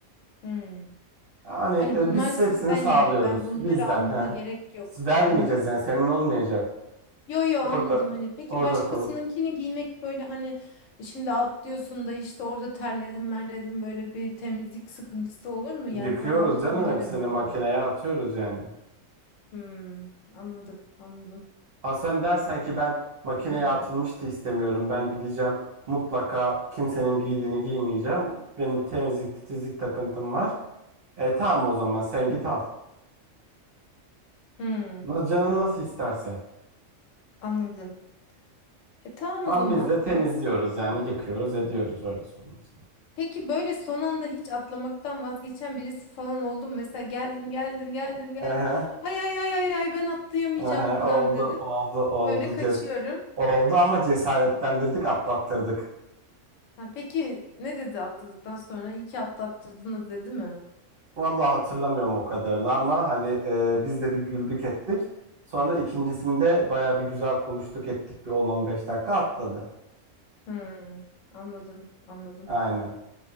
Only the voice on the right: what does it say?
Yani
e,
biz
hepsini sağlıyoruz
bizden.
He.
Vermeyeceğiz
yani senin olmayacak.
Orada
orada
kul
yıkıyoruz
canım hepsini
makineye atıyoruz yani.
Ha sen dersen ki ben makineye
atılmıştı istemiyorum. Ben gideceğim mutlaka kimsenin giydiğini giymeyeceğim. Benim temizlik titizlik takıntım var. E tamam o zaman sen git al.
Na- Canın nasıl isterse.
Ama
biz de temizliyoruz yani yıkıyoruz ediyoruz öyle söyleyeyim sana.
<laughs> Ehe.
Aha,
oldu
oldu oldu
ces oldu ama cesaretlendirdik atlattırdık.
Vallahi hatırlamıyorum o kadarını ama hani e, biz de bir güldük ettik. Sonra ikincisinde baya bir güzel konuştuk ettik bir 10-15 dakika atladı.
Aynen.